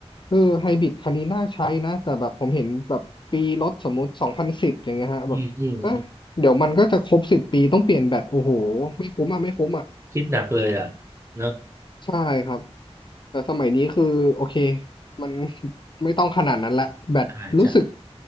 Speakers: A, on the left; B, on the right.
A: เออไฮบริดคันนี้น่าใช้นะแต่แบบผมเห็นแบบปีรถสมมุติสองพันสิบอย่างเงี้ยฮะแบบเอ๊ะเดี๋ยวมันก็จะครบสิบปีต้องเปลี่ยนแบตโอ้โหไม่คุ้มอ่ะไม่คุ้มอ่ะ
B: อืมอืมคิดหนักเลยอ่ะเนอะ
A: ใช่ครับแต่สมัยนี้คือโอเคมัน <laughs> ไม่ต้องขนาดนั้นละแบตรู้สึก
B: อาจจะ